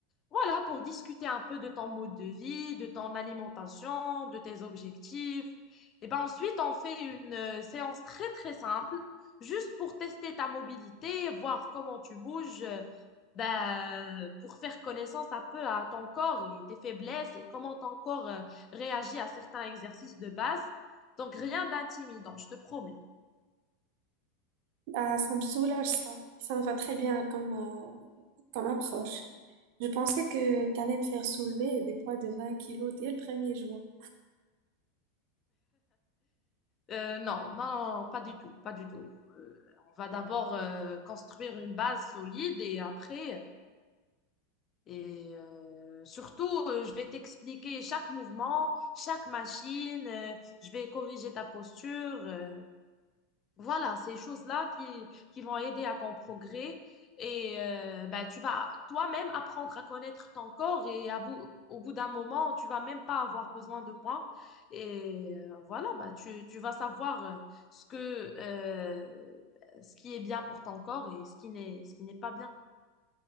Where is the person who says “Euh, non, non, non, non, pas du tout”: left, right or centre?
Left